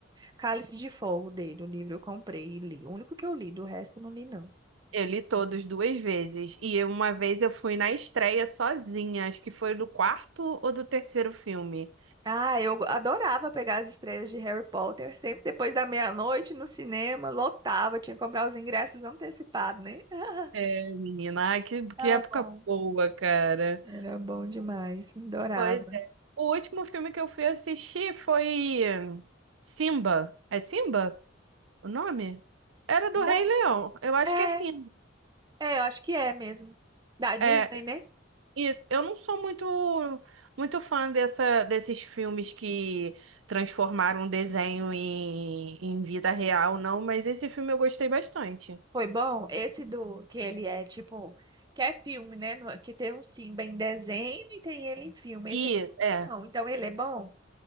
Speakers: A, on the right; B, on the right.
A: Cálice de Fogo dele, o livro eu comprei e li. O único que eu li, do resto eu não li, não.
B: Eu li todos duas vezes. E eu- uma vez eu fui na estreia sozinha, acho que foi do quarto ou do terceiro filme.
A: Ah, eu go- adorava pegar as estreias de Harry Potter, sempre depois da meia-noite no cinema, lotava, tinha que comprar os ingressos antecipados, né? <laughs>
B: É, menina, ai, que,
A: Era
B: que época
A: bom.
B: boa, cara.
A: Era bom demais, adorava.
B: Pois é. O último filme que eu fui assistir foi Simba. É Simba o nome? Era do Rei
A: Dá?
B: Leão. Eu acho
A: É,
B: que é Simba.
A: É, eu acho que é mesmo. Da Disney,
B: É,
A: né?
B: isso. Eu não sou muito muito fã dessa, desses filmes que transformaram um desenho em, em vida real, não, mas esse filme eu gostei bastante.
A: Foi bom. Esse do que ele é tipo, que é filme, né? No- Que tem um Simba em desenho e tem ele em filme.
B: Isso,
A: Esse aqui
B: é.
A: não. Então ele é bom?